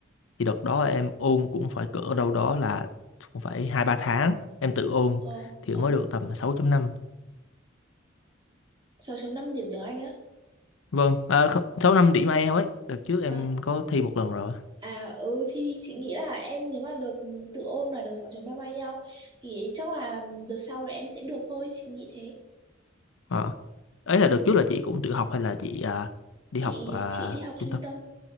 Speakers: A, on the left; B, on the right.
A: thì đợt đó em ôn cũng phải cỡ đâu đó là cũng phải hai ba tháng em tự ôn
B: ờ
A: thì
B: ờ
A: mới được tầm 6 năm.
B: sáu chấm năm điểm tiếng Anh á
A: Vâng, à, không- 6.5 điểm IELTS ấy. Đợt trước em
B: À,
A: có thi một lần rồi.
B: À ừ thì chị nghĩ là em nếu mà được tự ôm là được 6.3 may nhau thì chắc là đợt sau là em sẽ được thôi chị nghĩ thế
A: Ờ. ấy là đợt trước là chị cũng tự học hay là chị à, đi
B: chị
A: học à,
B: chị đi học trung
A: trung tâm?
B: tâm